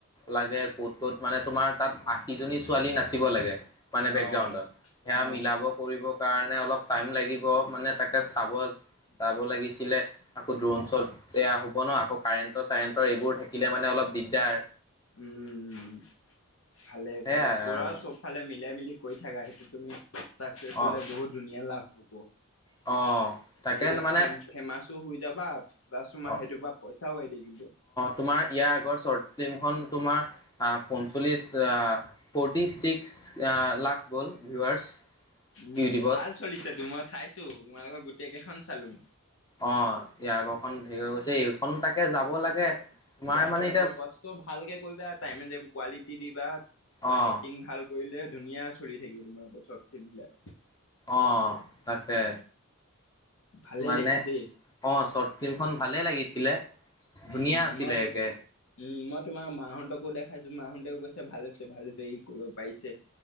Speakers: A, on the left (about 20°); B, on the left (about 65°).
A: লাগে ক'ত ক'ত মানে তোমাৰ তাত আশীজনী ছোৱালী নাচিব লাগে মানে বেকগ্ৰাউণ্ডত
B: অ',
A: সেয়া
B: অ',
A: মিলাব কৰিব কাৰণে অলপ টাইম লাগিব মানে তাকে চাব যাব লাগিছিলে। আকৌ দ্ৰোণ
B: অ',
A: শ্বট বেয়া হ'ব ন আকৌ কাৰেণ্টৰ চাৰেণ্টৰ এইবোৰ থাকিলে মানে অলপ দিগদাৰ
B: উম ভালে
A: সেয়াই
B: ভালে
A: আৰু
B: কৰা চবফালে মিলাই মিলি কৈ থাকা সেইটো তুমি চাকচেচ
A: অ
B: হলে বহুত ধুনীয়া লাভ হ'ব।
A: অ'। তাকে
B: নিজে
A: মানে
B: ফ ফেমাচো হৈ যাবা, প্লাছ তোমাৰ
A: অ
B: সেইটোৰ পৰা পইচাও হৈ থাকিব।
A: তোমাৰ লোকৰ শ্বৰ্ট ফিল্মখন তোমাৰ আ পঞ্চল্লিছ আ ফৰ্টিচিক্চ আ লাখ হ'ল ভিউৱাৰ্ছ।
B: উম
A: ইউটিউবত।
B: ভাল চলিছে তো মই চাইছোঁ, তোমালোকৰ গোটেইকেইখন চালোঁ।
A: অ' ইয়াৰ আগৰখন হেৰি গৈছে এইখন তাকে যাব লাগে। তোমাৰ
B: যাব
A: মানে
B: যাব
A: এতিয়া
B: কষ্ট ভালকে কৰিবা টাইমে এনে কোৱালিটি দিবা।
A: অ',
B: এক্টিং ভাল কৰিলে ধুনীয়া চলি থাকিব তোমাৰোকৰ চৰ্ট ফিল্মবিলাক।
A: অ' তাকে
B: ভালে
A: মানে
B: লাগিছে দেই।
A: অ' চৰ্ট ফিল্মখন ভালেই লাগিছিলে ধুনীয়া
B: উম
A: আছিলে
B: ম
A: একে।
B: উম ম তোমাৰ মাহঁতকো দেখাইছোঁ, মাহঁতেও কৈছে ভাল হৈছে ভাল হৈছে ই কৰিব পাৰিছে।